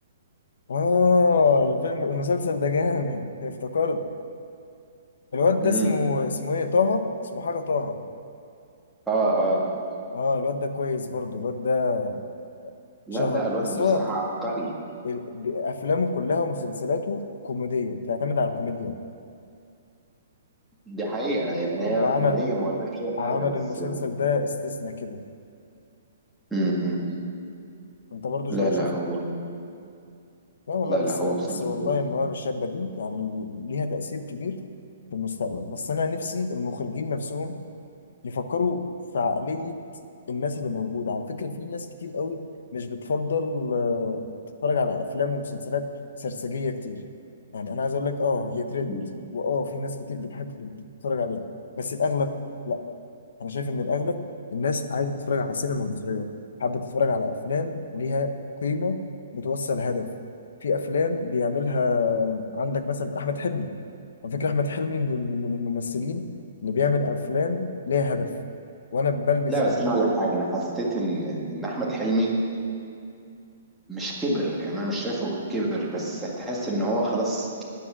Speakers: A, on the left; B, in the centre.
A: آه الفيلم المسلسل ده جامد افتكرت الواد ده
B: امم
A: اسمه اسمه ايه طه اسمه حاجة طه
B: اه اه
A: اه الواد ده كويس برضو الواد ده اتشهر
B: لا لا الواد
A: بس هو
B: بصراحة عبقري
A: ال- ب- افلامه كلها ومسلسلاته كوميدية بتعتمد على الكوميديا
B: دي حقيقة يعني هي
A: هو عمل
B: كوميدية ما قلناش أي
A: عمل
B: حاجة بس
A: المسلسل ده استثناء كده
B: امم
A: انت برضو
B: لا
A: لو
B: لا
A: شفت
B: هو
A: لا والله
B: لا
A: بس
B: لا هو
A: بس
B: بصراحة
A: والله
B: كويس.
A: المواهب الشابة دي يعني ليها تأثير كبير في المستقبل بس انا نفسي المخرجين نفسهم يفكروا في عقلية الناس اللي موجودة على فكرة في ناس كتير قوي مش بتفضل آه، تتفرج على أفلام ومسلسلات سرسجية كتير يعني أنا عايز أقول لك أه هي ترند
B: مم.
A: وأه في ناس كتير بتحب تتفرج عليها بس الأغلب لأ أنا شايف إن الأغلب الناس عايزة تتفرج على سينما مصرية حابة تتفرج على أفلام ليها قيمة بتوصل هدف في أفلام بيعملها عندك مثلا أحمد حلمي على فكرة أحمد حلمي من من الممثلين اللي بيعمل أفلام ليها هدف وأنا بلمس
B: لا
A: ده
B: بس أنا أقول لك حاجة أنا حسيت إن إن أحمد حلمي مش كبر يعني أنا مش شايفه كبر بس هتحس إن هو خلاص